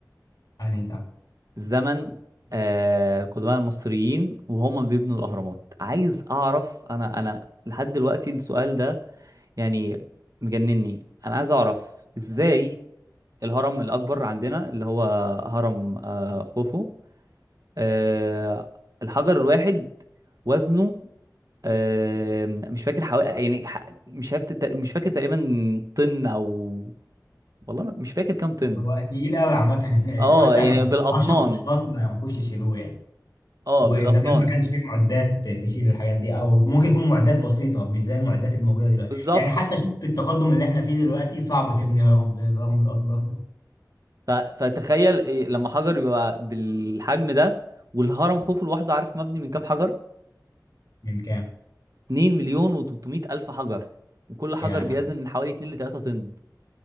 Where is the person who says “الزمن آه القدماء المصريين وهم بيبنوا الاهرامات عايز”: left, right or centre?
Right